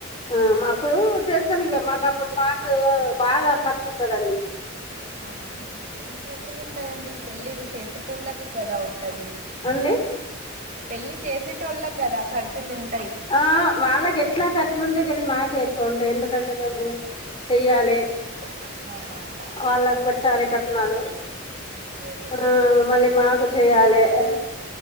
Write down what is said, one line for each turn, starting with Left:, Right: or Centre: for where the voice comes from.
Left: ఆ, మా, అప్పుడు చేస్తాం, ఇక మాకు, అప్పుడు, మాకు బాగా, ఖర్చు, ఉంటుదండి.
Right: అవునా, అండి, ఏం, ఖర్చులు, ఉంటాయిండి. పెళ్ళిళ్ళు, చేసే టోళ్ళకి, కదా, ఉంటది.
Left: అండి,
Right: పెళ్లి, చేసటోళ్లకి కదా ఖర్చులు ఉంటయి.
Left: ఆ వాళ్ళకి ఎట్లా ఖర్చులు ఉంటాయి కాని మాకే ఎక్కువ ఉంటాయి ఎందుకంటే మేము చెయ్యాలే
Right: ఆా
Left: వాళ్ళకు పెట్టా లే కట్నాలు
Right: ఓహో
Left: ఆ మళ్ళీ మాకు చెయాలే అ